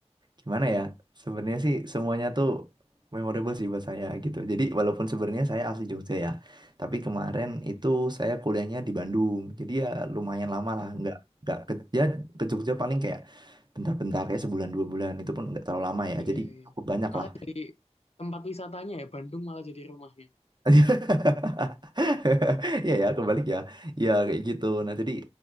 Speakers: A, on the right; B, on the left.
A: gimana ya sebenarnya sih semuanya tuh memorable sih buat saya gitu jadi walaupun sebenarnya saya asli Jogja ya tapi kemarin itu saya kuliahnya di Bandung jadi ya lumayan lama
B: Ah,
A: lah nggak nggak ke, ya ke Jogja paling kayak bentar-bentar kayak sebulan dua bulan itu pun nggak terlalu lama ya
B: iya
A: jadi
B: iya.
A: cukup banyak
B: Malah
A: lah
B: jadi tempat wisatanya ya Bandung malah jadi rumahnya.
A: <laughs> ya ya, kebalik ya. Ya kayak gitu. Nah, jadi